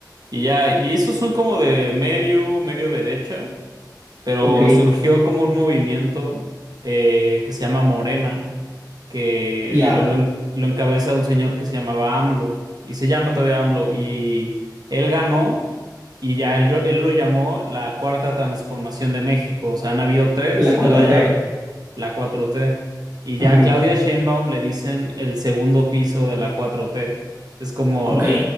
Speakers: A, on the right (about 60°); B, on the right (about 30°).
A: Y ya, y esos son como de medio, medio derecha pero
B: Ok,
A: surgió como un movimiento eh, que se llama Morena, que
B: ya,
A: lo, lo en- lo encabeza un señor que se llamaba AMLO, y se llama todavía AMLO, y él ganó, y ya él, él lo llamó la cuarta transformación de México, o sea, han habido tres,
B: la cuarta
A: él la, ya-
B: t
A: la cuatro t y ya
B: Ujú.
A: a Claudia Sheinbaum le dicen el segundo piso de la cuatro t es como...
B: Ok,